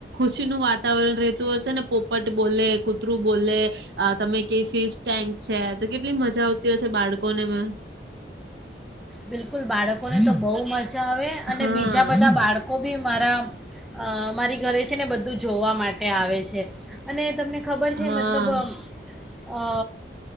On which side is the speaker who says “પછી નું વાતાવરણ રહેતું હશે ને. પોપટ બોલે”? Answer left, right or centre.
Right